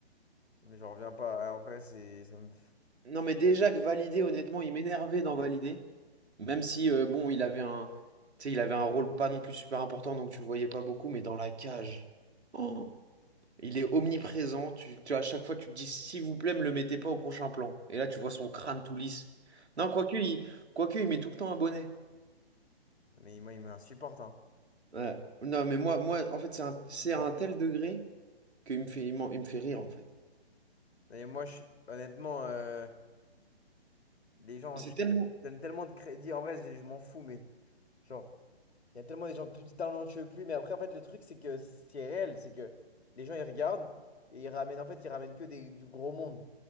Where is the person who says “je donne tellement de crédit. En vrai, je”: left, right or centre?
Left